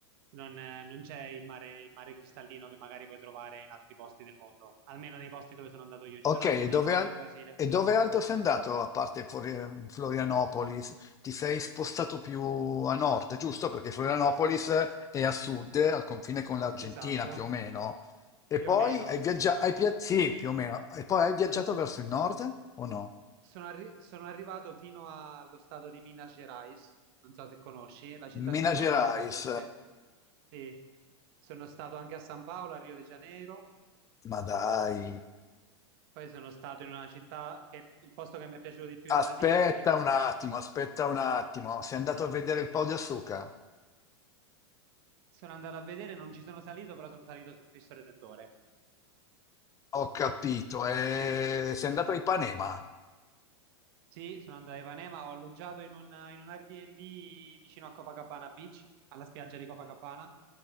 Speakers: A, on the right (about 55°); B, on the left (about 20°).
A: non, eh, non c'è il mare, il mare cristallino che magari puoi trovare in altri posti del mondo, almeno nei posti dove sono andato io.
B: Ok,
A: Ci sono
B: e
A: anche dei
B: dove,
A: luoghi
B: al-
A: in Brasile
B: e dove altro sei andato, a parte Flori- Florianopoli? S- Ti sei spostato più a nord, giusto? Perché Florianopolis è a sud, al confine con l'Argentina,
A: Esatto,
B: più o meno. E
A: più
B: poi
A: o meno.
B: hai viaggiato, sì, più o meno. E poi hai viaggiato verso il nord o no?
A: Sono, arri- sono arrivato fino allo stato di Minas Gerais, non so se conosci, la città
B: Mina
A: si chiama
B: Gerais,
A: Belo Horizonte. Sì, sono stato anche a San Paolo, a Rio de Janeiro,
B: ma dai.
A: poi sono stato in una città che il posto che mi è piaciuto di più
B: Aspetta
A: in Brasile, che si chiama...
B: un attimo, aspetta un attimo. Sei andato a vedere il Pau di Assuca?
A: Sono andato a vedere, non ci sono salito, però sono salito sul Cristo Redentore.
B: Ho capito, eh, sei andato a Ipanema.
A: Sì, sono andato a Ipanema, ho alloggiato in un, in un Airbnb vicino a Copacabana Beach, alla spiaggia di Copacabana.